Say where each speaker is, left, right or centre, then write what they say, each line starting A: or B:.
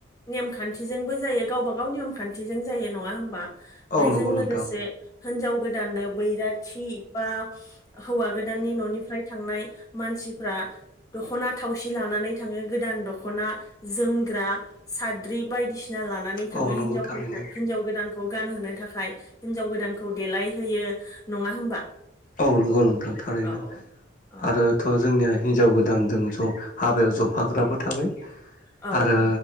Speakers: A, on the left; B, on the left.
A: नेमखान्थिजोंबो जायो गावबा गाव नेमखान्थिजों जायो नङा होमबा बेजों
B: औ नंगौ नोंथां
A: लोगोसे हिनजाव गोदाननो बैराथि बा हौवा गोदाननि न'निफ्राय थांनाय मानसिफ्रा दख'ना थावसि लानानै थाङो गोदान दख'ना जोमग्रा साद्रि बायदिसि ना लानानै थाङो
B: औ नंगौ
A: हिनजावफोरखौ
B: थारैनो
A: हिजाव गोदानखौ गान होनो थाखाय हिजाव गोदान खौ देलायहोयो नङा होमबा
B: औ नंगौ नोंथां थारैनो
A: औ औ औ
B: आरोथ' जोंनिया हिनजाव गोदानजों ज' हाबायाव जफाग्राबो थाबाय
A: औ
B: आरो